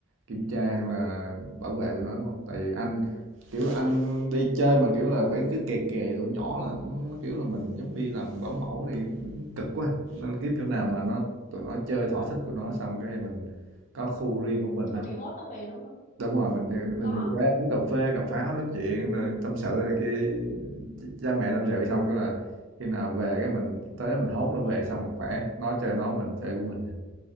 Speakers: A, on the right; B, on the left.
A: kiểm tra hay là bảo vệ tụi nó, đúng không? Tại vì anh, kiểu, anh đi chơi mà, kiểu là, phải cứ kè kè tụi nhỏ là nó nó, kiểu là, mình giống đi làm bảo mẫu thì cực quá, nên kiếm chỗ nào mà nó tụi nó chơi thỏa thích của nó xong cái mình có khu riêng của mình á.
B: còn mình hốt nó về đúng không
A: Đúng rồi, mình mình
B: có
A: nhiều khi uống cà phê, cà pháo nói chuyện rồi tâm sự này kia, ch- cha mẹ tâm sự xong cái là khi nào về cái mình tới đó mình hốt nó về xong rồi khỏe, nó chơi nó, mình chơi của mình.